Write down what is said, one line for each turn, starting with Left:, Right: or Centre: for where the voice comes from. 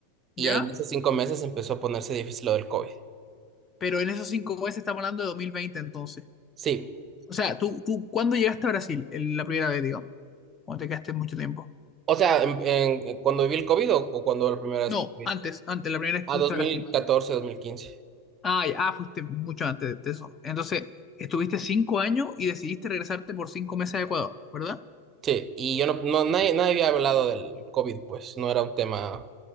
Right: y
Left: ¿ya?
Right: en esos cinco meses empezó a ponerse difícil lo del COVID.
Left: Pero en esos cinco meses estamos hablando de 2020, entonces.
Right: Sí,
Left: O sea, tú, tú, ¿cuándo llegaste a Brasil? El- la primera vez, digamos. Cuando te quedaste mucho tiempo.
Right: o sea, en, en- cuando viví el COVID o, o cuando la primera vez
Left: No,
Right: que fui.
Left: antes, antes, la primera vez
Right: A
Left: que fuiste
Right: 2014,
Left: a Brasil.
Right: 2015.
Left: Ah, ya, ah, fuiste mucho antes de eso. Entonces, estuviste cinco años y decidiste regresarte por cinco meses a Ecuador, ¿verdad?
Right: Sí, y yo no, no- nadie, nadie había hablado del COVID, pues no era un tema.